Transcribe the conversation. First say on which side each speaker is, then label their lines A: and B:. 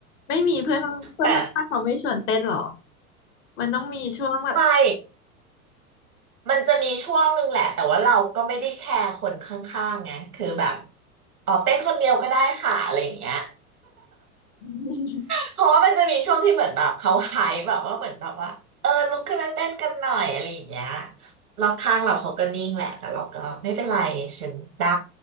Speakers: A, on the left (about 60°); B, on the right (about 85°).
A: ไม่มีเพื่อนาเพื่อนข้างเขาไม่ชวนเต้นหรอ
B: แต่
A: มันต้องมีช่วงแบบ
B: ไม่มันจะมีช่วงหนึ่งแหละแต่ว่าเราก็ไม่ได้แคร์คนข้างๆไงคือแบบอ๋อเต้นคนเดียวก็ได้ค่ะอะไรอย่างเงี้ย
A: <laughs>
B: เพราะว่ามันจะมีช่วงที่เหมือนแบบเขาไฮป์แบบว่าเหมือนแบบว่าเออลุกขึ้นแล้าเต้นกันหน่อยอะไรอย่างเงี้ยรอบข้างเราเขาก็นิ่งแหละแต่เราก็ไม่เป็นไรฉันได้